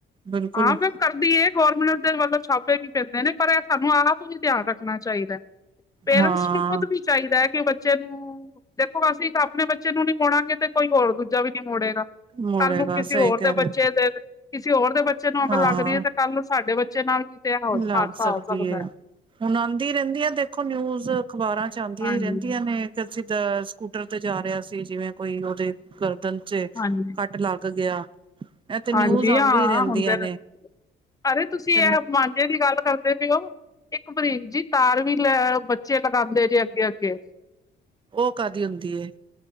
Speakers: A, on the right (about 25°); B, on the left (about 15°).
A: ਬਿਲਕੁਲ
B: ਹਾਂ ਫਿਰ ਕਰਦੀ ਹੈ ਗੌਰਮੈਂਟ ਦੇ ਵੱਲੋਂ ਛਾਪ ਤੇ ਕੀ ਕਰਦੇ ਨੇ ਇਹ ਸਾਨੂੰ ਆਪ ਵੀ ਧਿਆਨ ਰੱਖਣਾ ਚਾਹੀਦਾ ਹੈ ਪੇਰੈਂਟਸ
A: ਹਾਂ
B: ਨੂੰ ਖੁਦ ਵੀ ਚਾਹੀਦਾ ਹੈ ਕਿ ਬੱਚੇ ਨੂੰ ਦੇਖੋ ਅਸੀਂ ਇੱਕ ਆਪਣੇ ਬੱਚੇ ਨੂੰ ਨੀ ਮੋੜਾਂਗੇ ਤੇ ਕੋਈ ਹੋਰ ਦੂਜਾ ਵੀ ਨੀ ਮੋੜੇਗਾ।
A: ਮੁੜੇਗਾ
B: ਕੱਲ ਨੂੰ ਕਿਸੇ
A: ਸਹੀ
B: ਹੋਰ
A: ਕਹਿ
B: ਦੇ
A: ਰਹੇ
B: ਬੱਚੇ
A: ਹੋ
B: ਦੇ ਕਿਸੇ ਹੋਰ ਦੇ ਬੱਚੇ ਨੂੰ ਅਗਰ
A: ਹਾਂ
B: ਲੱਗ ਰਹੀ ਹੈ ਤੇ ਕੱਲ ਨੂੰ ਸਾਡੇ ਬੱਚੇ ਨਾਲ ਵੀ ਤੇ ਹਾਦਸਾ
A: ਲੱਗ ਸਕਦੀ
B: ਹੋ ਸਕਦਾ
A: ਏ।
B: ਹੈ।
A: ਹੁਣ ਆਉਂਦੀ ਰਹਿੰਦੀਆਂ ਦੇਖੋ ਨਿਊਜ਼ ਅਖ਼ਬਾਰਾਂ ਚ ਆਉਂਦੀਆਂ
B: ਹਾਂਜੀ
A: ਹੀ ਰਹਿੰਦੀਆਂ ਨੇ ਅਸੀ ਤਾਂ ਸਕੂਟਰ ਤੇ ਜਾ ਰਿਹਾ ਸੀ ਜਿਵੇਂ ਕੋਈ ਉਹਦੇ ਗਰਦਨ ਚ
B: ਹਾਂਜੀ
A: ਕੱਟ ਲੱਗ ਗਿਆ। ਇਹ ਤੇ ਨਿਊਜ਼
B: ਹਾਂਜੀ
A: ਆਂਦੀ
B: ਹਾਂ
A: ਹੀ ਰਹਿੰਦੀਆਂ
B: ਹੁੰਦੇ ਨੇ ਅਰੇ ਤੁਸੀਂ
A: ਤੇ
B: ਇਹ ਮਾਂਝੇ ਦੀ ਗੱਲ ਕਰਦੇ ਪਏਓ ਇੱਕ ਬਰੀਕ ਜੀ ਤਾਰ ਵੀ ਲੈ ਬੱਚੇ ਲਗਾਉਂਦੇ ਜੇ ਅੱਗੇ, ਅੱਗੇ
A: ਉਹ ਕਾਹਦੀ ਹੁੰਦੀ ਏ